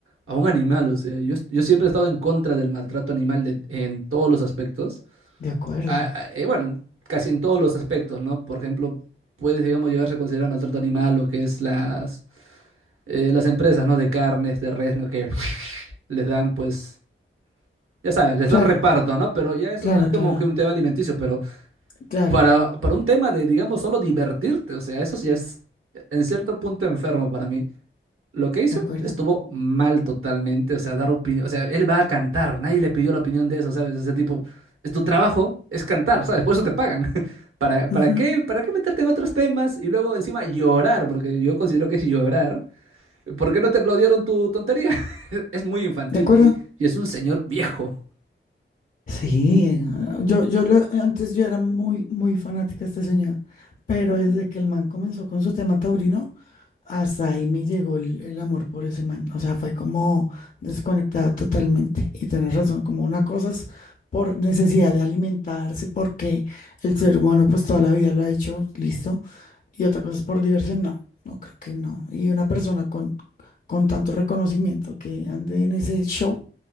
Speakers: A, on the right; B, on the left.
A: a un animal, o sea, yo, yo siempre he estado en contra del maltrato animal de- en todos los aspectos
B: de acuerdo.
A: a- a- eh, bueno, casi en todos los aspectos, ¿no? Por ejemplo, puede, digamos, llegarse a considerar maltrato animal lo que es las, eh, las empresas, ¿no? De carnes, de res, ¿no? Que <laughs> les dan, pues, ya sabes, les dan
B: Claro,
A: reparto, ¿no? Pero ya eso
B: claro,
A: es más como
B: claro,
A: que un tema alimenticio, pero
B: claro,
A: para, para un tema de, digamos, solo divertirte, o sea, eso sí es en cierto punto enfermo para mí. Lo que hizo
B: de acuerdo.
A: estuvo mal totalmente, o sea, dar opinión, o sea, él va a cantar, nadie le pidió la opinión de eso, ¿sabes? Ese tipo, es tu trabajo, es cantar, ¿sabes? Por eso te pagan. <laughs> ¿Para, para
B: Ujú,
A: qué, para qué meterte en otros temas y luego encima llorar? Porque yo considero que es llorar. ¿Por qué no te aplaudieron tu tontería? <laughs> Es muy infantil
B: De acuerdo.
A: y, y es un señor viejo.
B: Sí, yo, yo lo- antes yo era muy, muy fanática de este señor, pero desde que el man comenzó con su tema taurino, hasta ahí me llegó el, el amor por ese man. O sea, fue como desconectada totalmente. Y tienes razón, como una cosa es por necesidad de alimentarse, porque el ser humano pues toda la vida lo ha hecho, listo. Y otra cosa es por diversión, no, no creo que no. Y una persona con, con tanto reconocimiento que ande en ese show